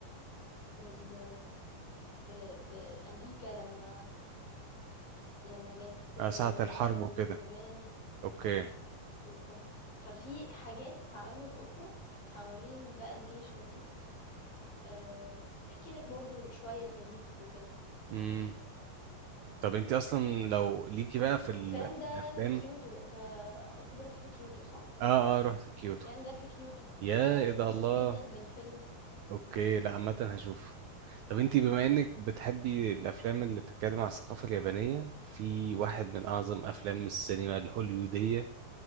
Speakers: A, on the left; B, on the right.
A: بال... ب... بأمريكا لما لما جت آه،
B: آه ساعة الحرب
A: تغزو
B: وكده
A: اليابان
B: اوكي
A: بالظبط ففي حاجات عوامل أخرى حوالين بقى الجيشة دي آه، تحكي لك برضو شوية تاريخ وكده
B: امم طب انت اصلا لو ليكي بقى في, ال...
A: والكلام ده
B: في الافلام
A: في كيوتو انت أعتقد رحت كيوتو صح؟
B: اه اه رحت كيوتو
A: الكلام ده في كيوتو
B: يا
A: انت هتتبسط
B: ايه ده الله
A: جدا بالفيلم
B: اوكي لا عامه هشوفه طب انت
A: ده
B: بما انك بتحبي الافلام اللي بتتكلم عن الثقافه اليابانيه في واحد من اعظم افلام السينما الهوليوديه